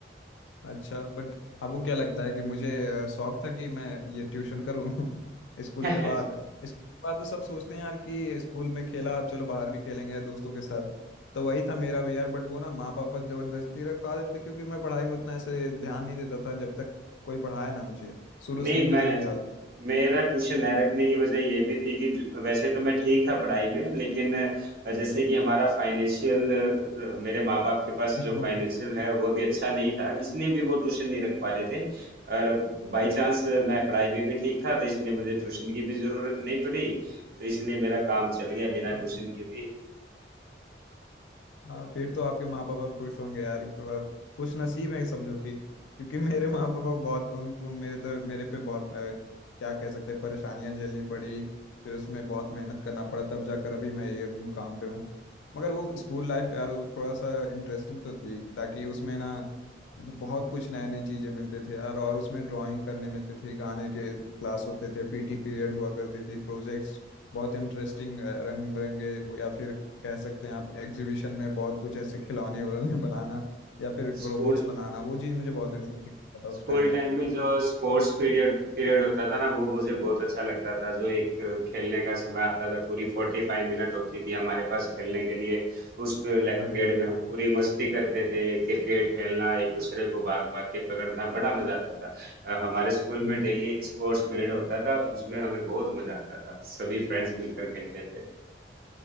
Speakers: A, on the left; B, on the right.
A: अच्छा बट आपको क्या लगता है कि मुझे अ, शौक था कि मैं ये ट्यूशन करूँ <laughs> स्कूल
B: <laughs>
A: के बाद स्कूल के बाद तो सब सोचते हैं यार कि स्कूल में खेला अब चलो बाहर भी खेलेंगे दोस्तों के साथ तो वही था मेरा भी यार बट वो ना माँ पापा जबरदस्ती रखवा देते क्योंकि मैं पढ़ाई में उतना ऐसे ध्यान नहीं देता था जब तक कोई पढ़ाया ना मुझे शुरू
B: नहीं
A: से ही मेरा
B: मैं
A: यही हाल
B: मेरा ट्यूशन न रखने की वजह ये भी थी कि जो- वैसे तो मैं ठीक था पढ़ाई में लेकिन अ, जैसे कि हमारा फाइनेंशियल मेरे माँ बाप के पास
A: इसको-
B: जो फाइनेंशियल है वो भी अच्छा नहीं था इसलिए भी वो ट्यूशन नहीं रख पा रहे थे और बाई चांस मैं पढ़ाई में भी ठीक था तो इसलिए मुझे ट्यूशन की भी जरूरत नहीं पड़ी तो इसलिए मेरा काम चल गया बिना
A: हाँ
B: ट्यूशन के भी
A: हाँ फिर तो आपके माँ पापा खुश होंगे यार तो अब खुश नसीब है समझो कि क्योंकि मेरे माँ पापा बहुत उनको मेरे तो मेरे पे बहुत अ, क्या कह सकते हैं परेशानियां झेलनी पड़ी फिर उसमें बहुत मेहनत करना पड़ा तब जाकर अभी मैं ये मुकाम पे हूँ मगर वो स्कूल लाइफ यार वो थोड़ा सा इंटरेस्टिंग तो थी ताकि उसमें ना मतलब बहुत कुछ नए नए चीजें मिलते थे यार और उसमें ड्राइंग करने मिलते थे गाने के क्लास होते थे पीटी पीरियड हुआ करती थी प्रोजेक्ट्स बहुत इंटरेस्टिंग रंग बिरंगे या फिर कह सकते हैं आप एग्जीबिशन में बहुत कुछ ऐसे खिलौने उलौने <laughs> बनाना या फिर
B: स्कूल
A: रोबोट्स बनाना वो चीज़ मुझे बहुत इंटरेस्टिंग था उस
B: स्कूल
A: टाइम ही
B: टाइम में जो स्पोर्ट्स पीरियड पीरियड होता था ना वो मुझे बहुत अच्छा लगता था जो एक खेलने का समय आता था पूरी फोर्टी फाइव मिनट होती थी हमारे पास खेलने के लिए उस पीरियड
A: अरे यार
B: में हम पूरी मस्ती करते थे क्रिकेट खेलना एक दूसरे को भाग भाग के पकड़ना बड़ा मजा आता था अ, हमारे स्कूल
A: मुझ
B: में डेली एक स्पोर्ट्स पीरियड होता था उसमें हमें बहुत मजा आता था सभी फ्रेंड्स मिलकर खेलते थे